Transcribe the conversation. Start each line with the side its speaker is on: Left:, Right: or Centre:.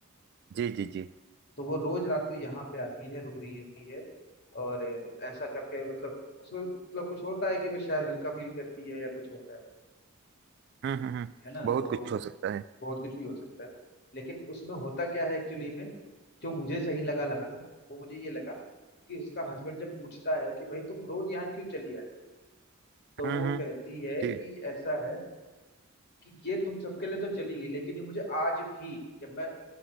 Right: जी जी जी
Left: तो वो रोज रात को यहाँ पे आती है रो रही होती है और अ, ऐसा करके मतलब उसमें मतलब कुछ होता है कि वो शायद हल्का फील करती है या कुछ होता है
Right: हम्म हम्म हम्म
Left: है ना
Right: बहुत
Left: तो
Right: कुछ हो सकता है
Left: बहुत कुछ भी हो सकता है लेकिन उसमें होता क्या है एक्चुअली में जो मुझे सही लगा लगा ना वो मुझे ये लगा कि उसका हस्बैंड जब पूछता है कि भाई तुम रोज यहाँ क्यों चली आती तो
Right: हम्म
Left: वो
Right: हम्म
Left: कहती है
Right: जी
Left: कि ऐसा है कि ये तुम सबके लिए तो चली गई लेकिन ये मुझे आज भी जब मैं